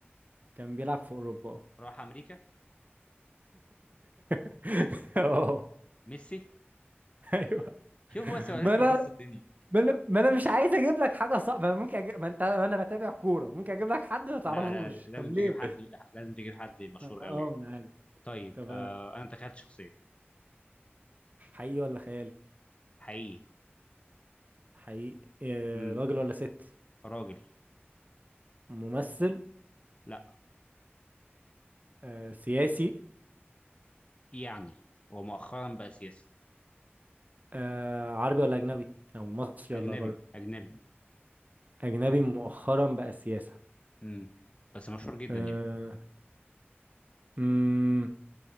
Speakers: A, on the right; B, on the left.
A: كان بيلعب في اوروبا اه
B: راح امريكا
A: <laughs> اه
B: ميسي
A: ايوه
B: شوف هو سؤالين
A: ما
B: خلصت
A: انا
B: الدنيا
A: ما انا ما أنا مش عايز اجيب لك حاجه صعبه ما أنا ممكن أجيب... ما انت انا بتابع كوره ممكن اجيب لك حد ما تعرفوش
B: لا لا لازم
A: طب ليه
B: تجيب حد لازم تجيب حد مشهور
A: اه
B: قوي يعني.
A: انا عارف
B: طيب
A: طب
B: آه انا تخيلت شخصيه
A: حقيقي ولا خيالي
B: حقيقي
A: حقيقي آه،
B: امم
A: راجل ولا ست
B: راجل
A: ممثل
B: لا
A: آه، سياسي
B: يعني هو مؤخرا بقى سياسي
A: آه، عربي ولا أجنبي أو مصري
B: اجنبي
A: ولا بره
B: اجنبي
A: أجنبي مؤخرا بقى سياسة
B: امم بس مشهور جدا
A: آه،
B: يعني
A: مم،